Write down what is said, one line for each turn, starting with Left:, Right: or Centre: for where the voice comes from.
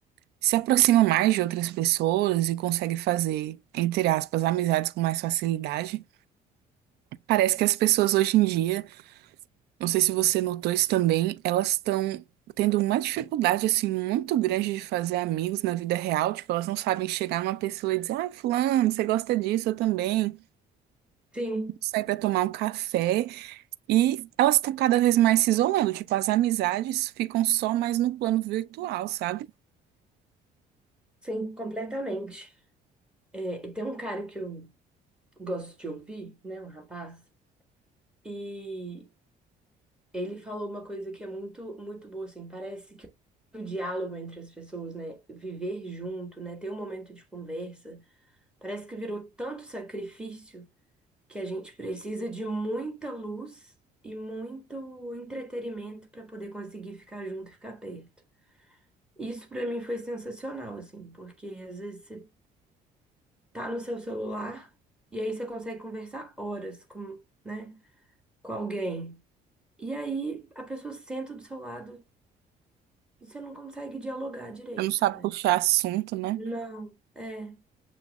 Right: se aproxima mais de outras pessoas e consegue fazer, entre aspas, amizades com mais facilidade. Parece que as pessoas hoje em dia, não sei se você notou isso também, elas estão tendo uma dificuldade assim muito grande de fazer amigos na vida real, tipo, elas não sabem chegar numa pessoa e dizer: "Ah, fulano, você gosta disso, eu também."
Centre: Sim,
Right: Sair para tomar um café e elas estão cada vez mais se isolando, tipo, as amizades ficam só mais no plano virtual, sabe?
Centre: sim, completamente. É, tem um cara que eu gosto de ouvir, né, um rapaz, e ele falou uma coisa que é muito, muito boa, assim, parece que o diálogo entre as pessoas, né, viver junto, né, ter um momento de conversa, parece que virou tanto sacrifício que a gente precisa de muita luz e muito entretenimento para poder conseguir ficar junto e ficar perto. Isso para mim foi sensacional, assim, porque às vezes você tá no seu celular e aí você consegue conversar horas com, né, com alguém. E aí a pessoa senta do seu lado e você não consegue dialogar direito,
Right: Ela não sabe
Centre: né?
Right: puxar assunto, né?
Centre: Não, é.